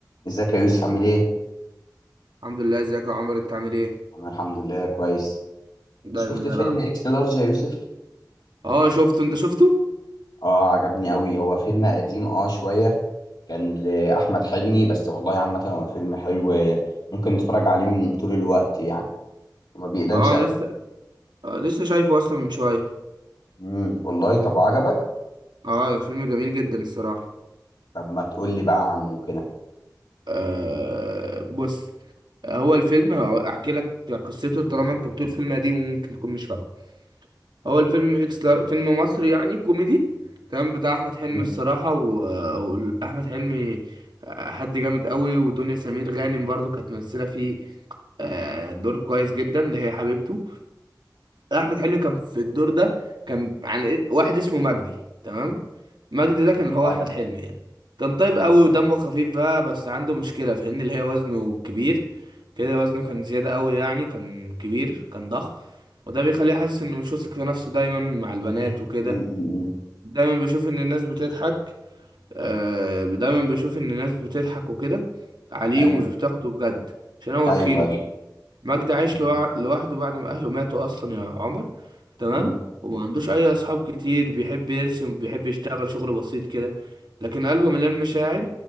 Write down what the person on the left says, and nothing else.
ازيك يا يوسف عامل ايه؟
انا الحمد لله كويس
شفت فيلم
اكس لارج يا يوسف؟
اه عجبني قوي هو فيلم قديم اه شوية كان لأحمد حلمي بس والله عامة هو فيلم حلو ممكن نتفرج عليه من طول الوقت يعني وما بيقدمش
ابدا
امم والله طب عجبك؟
طب ما تقول لي بقى عنه كده
امم
ايوه
مم،
مم، مم،
مم.
ايوه
ايوه أيوه.
مم،
مم.